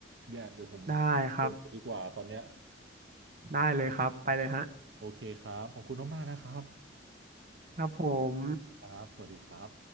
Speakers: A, on the right (about 75°); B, on the right (about 45°).
A: เดี๋ยวเดี๋ยวผม
B: ได้ครับ
A: โหลดดีกว่าตอนเนี้ย
B: ได้เลยครับไปเลยฮะ
A: โอเคครับ ขอบคุณมากๆนะครับ
B: ครับผม
A: <laughs> ครับ สวัสดีครับ